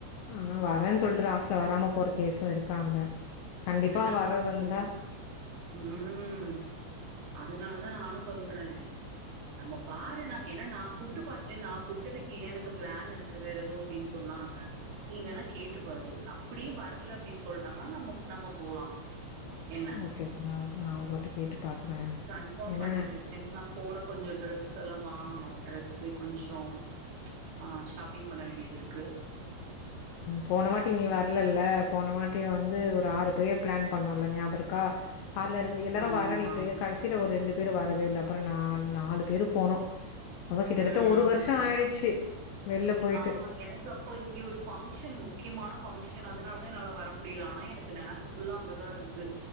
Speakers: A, on the left (about 75°); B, on the right (about 85°).
A: ஆனா வரன்னு சொல்லிட்டு
B: ம்
A: லாஸ்ல வராம போற கேசும் இருக்காங்க கண்டிப்பா
B: அதுக்குதா
A: வர்றதா
B: நானு சொல்றே
A: இருந்தா
B: ம் அதனாலதா நானு சொல்றே நம்ம பாருனா ஏனா நா கூப்ட்டு பாத்துதென் நா கூப்ட்டதுக்கு எனக்கு பிளான் இருக் கு வேற எதோ அப்டின்னு சொன்னாங்க நீ வேணா கேட்டு பாரு அப்டியு வர்ல அப்டின்னு சொல்ட்டாங்ன்னா நம்ம நம்ம போலா என்ன
A: ஓகே ஒகே நா நா ஒரு வாட்டி கேட்டு பாக்குறே
B: கன்ஃபார்ம்
A: ஏனா
B: பண்ணிரு ஏன்னா போட கொஞ்சோ ட்ரெஸ் எல்லா வாங்கணு ட்ரெஸ்ஸூ கொஞ்சோ ச் ஆ ஷாப்பிங் பண்ண வேண்டியதுருக்கு
A: போனவாட்டி நீ வர்லள்ள போனவாட்டி வந்து ஒரு ஆறு பேர் பிளான் பண்ணோன்ல ஞாபகோ இருக்கா அதுல ரெ எல்லாரு
B: ஆமா
A: வரணிட்டு கடைசியில ஒரு ரெண்டு பேரு வரவே இல்ல அப்புறோ நா நாலு பேர் போனோ அப்ப கிட்டத்தட்ட
B: ம்
A: ஒரு வருஷோ ஆயிடுச்சு வெள்ல போய்ட்டு
B: ஆமா எனக்கு அப்போ இங்க ஒரு ஃபங்க்ஷன் முக்கியமான ஃபங்க்ஷன் அதனால தா என்னால வர முடியல ஆனா எனக்கு நெனப் ஃபுல்லா அங்க தா இருந்தது